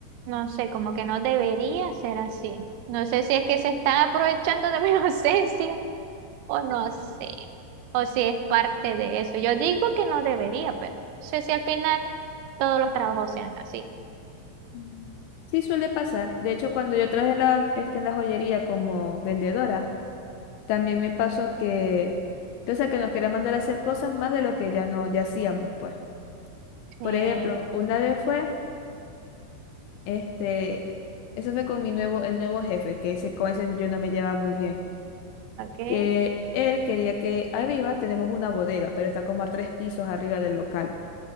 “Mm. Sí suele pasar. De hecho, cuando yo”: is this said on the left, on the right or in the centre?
Left